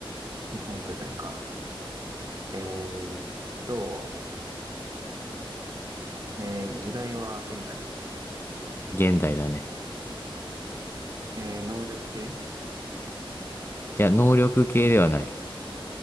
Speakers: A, on the right (about 40°); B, on the left (about 25°).
A: 日本舞台か。えーっと、えー時代は現代。
B: 現代だね。
A: えー能力系
B: いや、能力系ではない。